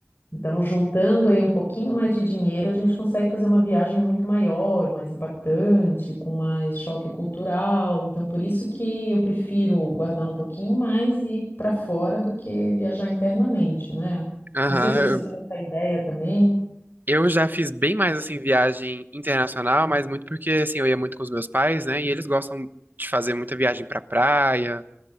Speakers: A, on the left; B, on the right.
A: Então, juntando aí um pouquinho mais de dinheiro, a gente consegue fazer uma viagem muito maior, mais impactante, com mais choque cultural. Então, por isso que eu prefiro guardar um pouquinho mais e ir para fora do que viajar internamente, né?
B: Aham,
A: Não sei se você
B: eu,
A: tem essa ideia também.
B: eu já fiz bem mais assim viagem internacional, mas muito porque assim eu ia muito com os meus pais, né? E eles gostam de fazer muita viagem pra praia,